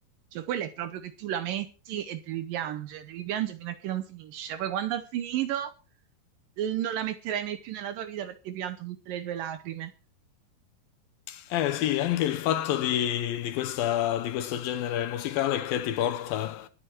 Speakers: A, on the right; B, on the left.
A: Cioè, quella è proprio che tu la metti e devi piangere, devi piangere fino a che non finisce. Poi quando ha finito eh, non la metterai mai più nella tua vita perché hai pianto tutte le tue lacrime.
B: Eh sì, anche il fatto di, di questa- di questo genere musicale che ti porta